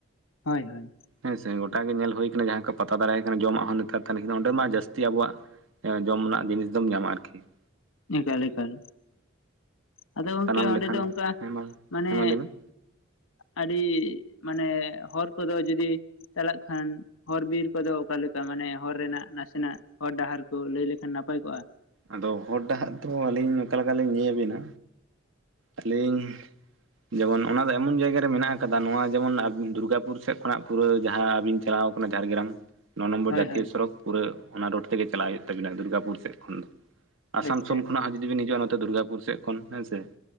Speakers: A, on the left; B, on the right.
A: ᱦᱳᱭ ᱦᱳᱭ ᱾
B: ᱦᱮᱸᱥᱮ ᱜᱚᱴᱟ ᱜᱮ ᱧᱮᱞ ᱦᱩᱭ ᱠᱟᱱᱟ, ᱡᱟᱦᱟᱸ ᱠᱚ ᱯᱟᱛᱟ ᱫᱟᱲᱮᱭᱟ ᱠᱟᱱᱟ ᱡᱚᱢᱟᱜ ᱦᱚᱸ ᱱᱮᱛᱟᱨ ᱛᱟᱦᱮᱸ ᱚᱸᱰᱮ ᱢᱟ ᱡᱟᱹᱥᱛᱤ ᱟᱵᱚᱣᱟᱜ ᱡᱚᱢ ᱨᱮᱱᱟᱜ ᱡᱤᱱᱤᱥ ᱫᱚᱢ ᱧᱟᱢᱟ ᱟᱨᱠᱤ ᱾
A: ᱮᱠᱟᱞ ᱮᱠᱟᱞ᱾ ᱟᱫᱚ ᱜᱚᱝᱠᱮ
B: ᱥᱟᱱᱟᱢ ᱞᱮᱠᱟᱱ
A: ᱚᱸᱰᱮ ᱫᱚ ᱚᱱᱠᱟ
B: ᱦᱮᱸ ᱢᱟ
A: ᱢᱟᱱᱮ
B: ᱦᱮᱸ ᱢᱟ ᱞᱟᱹᱭ ᱵᱮᱱ
A: ᱟᱹᱰᱤ ᱢᱟᱱᱮ ᱦᱚᱲ ᱠᱚᱫᱚ ᱡᱩᱫᱤ ᱪᱟᱞᱟᱜ ᱠᱷᱟᱱ ᱦᱚᱨ ᱵᱤᱨ ᱠᱚᱫᱚ ᱚᱠᱟ ᱞᱮᱠᱟ ᱢᱟᱱᱮ ᱦᱚᱨ ᱨᱮᱱᱟᱜ ᱱᱟᱥᱮᱱᱟᱜ ᱦᱚᱨ ᱰᱟᱦᱟᱨ ᱠᱚ ᱞᱟᱹᱭ ᱞᱮᱠᱷᱟᱱ ᱱᱟᱯᱟᱭ ᱠᱚᱜᱼᱟ?
B: ᱟᱫᱚ ᱦᱚᱨ ᱰᱟᱦᱟᱨ ᱫᱚ ᱟᱹᱞᱤᱧ ᱚᱠᱟ ᱞᱮᱠᱟ ᱞᱤᱧ ᱞᱟᱹᱭᱟᱹᱭᱟᱵᱤᱱᱟ᱾ ᱟᱹᱞᱤᱧ ᱡᱮᱢᱚᱱ ᱚᱱᱟ ᱫᱚ ᱮᱢᱚᱱ ᱡᱟᱭᱜᱟ ᱨᱮ ᱢᱮᱱᱟᱜ ᱟᱠᱟᱫᱟ ᱱᱚᱣᱟ ᱡᱮᱢᱚᱱ ᱫᱩᱨᱜᱟᱯᱩᱨ ᱥᱮᱫ ᱠᱷᱚᱱᱟᱜ ᱯᱩᱨᱟᱹ ᱡᱟᱦᱟᱸ ᱟᱹᱵᱤᱱ ᱪᱟᱞᱟᱣ ᱠᱟᱱᱟ ᱡᱷᱟᱲᱜᱨᱟᱢ ᱱᱚ ᱱᱚᱢᱵᱚᱨ
A: ᱦᱳᱭ
B: ᱡᱟᱛᱤᱭᱚ
A: ᱦᱳᱭ
B: ᱥᱚᱲᱚᱠ ᱯᱩᱨᱟᱹ ᱚᱱᱟ ᱨᱳᱰ ᱛᱮᱜᱮ ᱪᱟᱞᱟᱜ ᱦᱩᱭᱩᱜ ᱛᱟᱵᱤᱱᱟ ᱫᱩᱨᱜᱟᱯᱩᱨ ᱥᱮᱫ ᱠᱷᱚᱱ ᱫᱚ ᱾ ᱟᱥᱟᱱᱥᱳᱞ
A: ᱟᱪᱪᱷᱟ ᱟᱪᱪᱷᱟ
B: ᱠᱷᱚᱱᱟᱜ ᱦᱚᱸ ᱡᱩᱫᱤ ᱵᱮᱱ ᱦᱤᱡᱩᱜᱼᱟ ᱱᱚᱛᱮ ᱫᱩᱨᱜᱟᱯᱩᱨ ᱥᱮᱫ ᱠᱷᱚᱱ ᱦᱮᱸᱥᱮ ᱾